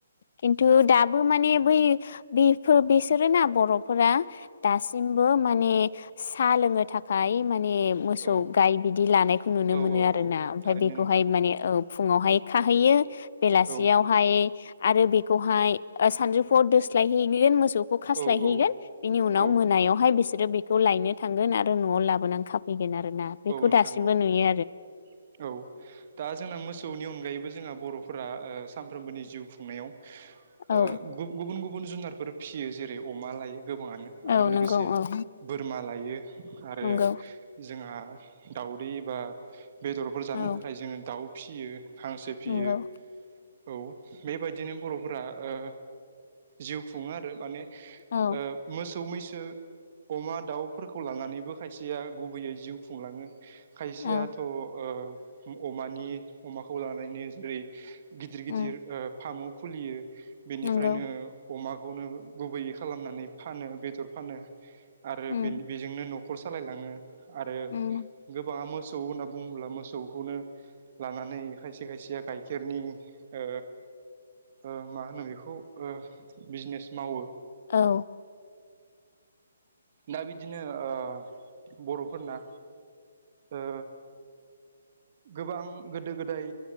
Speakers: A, on the left; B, on the right.
A: खिन्थु दाबो माने बै बेफोर बिसोरोना बर'फोरा दा दासिमबो माने साहा लोंनो थाखाय मा माने मोसौ
B: औ
A: गाय बिदि लानायखौ नुनो
B: औ
A: मोनो आरोना
B: औ
A: ओमफ्राय
B: थारैनो
A: बेखौहाय
B: नोंथां
A: माने औ फुङावहाय खाहैयो बेलासियावहाय
B: औ
A: आरो बे मौसौखौहाय सानजौफुआव दोस्लायहैगोन मोसौखौ खास्लायहैगोन
B: औ औ
A: बिनि उनाव
B: औ
A: मोन बेनिफ्राय बिसोरो बेखौ लायनो थांगोन आरो न'आव लाबोनानै खाफैगोन आरो। आरोना बेखौ
B: औ नोंथां
A: दासिमबो
B: औ
A: नुयो
B: औ दा जोंना मोसौनि अनगायैबो जोंहा बर' फोरा ओ सानफ्रोमबोनि जिउ खुंनायाव ओ
A: औ
B: गुबुन-गुबुन जुनारफोर फियो जेरै अमा लायो गोबाङानो आरो
A: औ
B: लोगोसे
A: नंगौ औ
B: बोरमा लायो आरो
A: नंगौ
B: जोंहा दाउदै एबा बेदरफोर जानो
A: औ
B: थाखाय जोङो दाउ फिसियो हांसो फियो।
A: नंगौ
B: औ बेबायदिनो बर'फोरा ओ जिउ खुङो आरो माने ओ
A: औ
B: मोसौ-मैसो अमा दाउफोरखौ लानानैबो खायसेया गुबैयै जिउ खुंलाङो। खायसेयाथ'
A: औ
B: ओ अमानि अमाखौ लानानैनो जेरै गिदिर
A: उम
B: गिदिर ओ फार्म खुलियो बेनिफ्रायनो
A: नंगौ
B: अमाखौनो गुबैयै खालामनानै फानो बेदर फानो आरो
A: उम
B: बेजोंनो न' नखर सालायलाङो आरो
A: उम
B: गोबाङा मोसौ सौ होनना बुङोब्ला मोसौखौनो लानानै खायसे खायसेया गाइखेरनि ओ ओ मा होनो बेखौ ओ बिजनेस मावो।
A: औ।
B: दा बिदिनो ओ बर'फोरना ओ गोबां गोदो-गोदाय